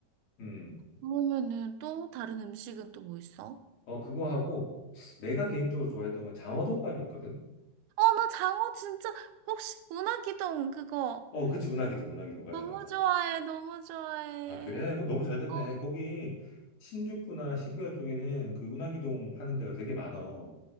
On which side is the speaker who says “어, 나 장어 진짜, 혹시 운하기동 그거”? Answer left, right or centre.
Right